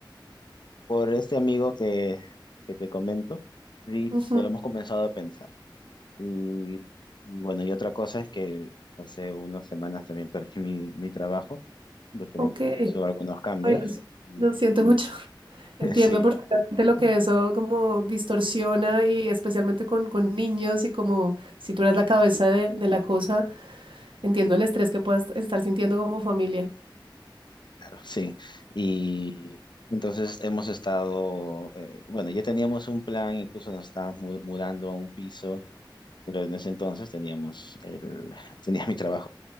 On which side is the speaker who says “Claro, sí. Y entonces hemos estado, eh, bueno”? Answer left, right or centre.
Left